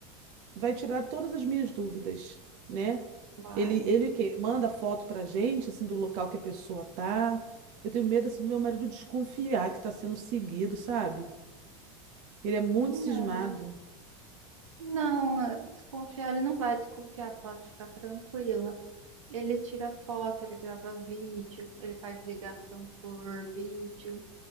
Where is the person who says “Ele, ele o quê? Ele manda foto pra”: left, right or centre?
Right